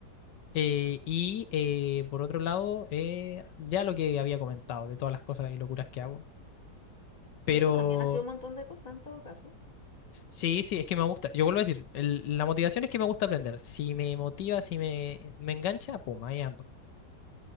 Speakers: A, on the left; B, on the left.
A: Eh, y eh, por otro lado, eh, ya lo que había comentado, de todas las cosas y locuras que hago. Pero
B: Sí, tú también has sido un montón de cosas en todo caso.
A: sí, sí, es que me gusta. Yo vuelvo a decir, el- la motivación es que me gusta aprender. Si me motiva, si me, me engancha, pum, ahí ando.